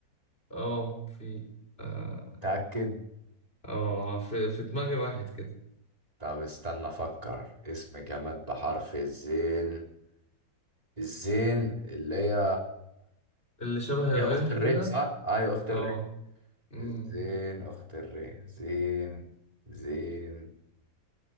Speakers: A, on the left; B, on the right.
A: اه في اه
B: متأكد
A: آه، في, في دماغي واحد كده
B: طب استنى افكر اسم جماد بحرف الزين الزين اللي هي
A: اللي شبه
B: هي
A: الريح
B: اخت الره
A: كده
B: صح ايوه اخت
A: اه
B: الره
A: أمم.
B: الزين اخت الره زين زين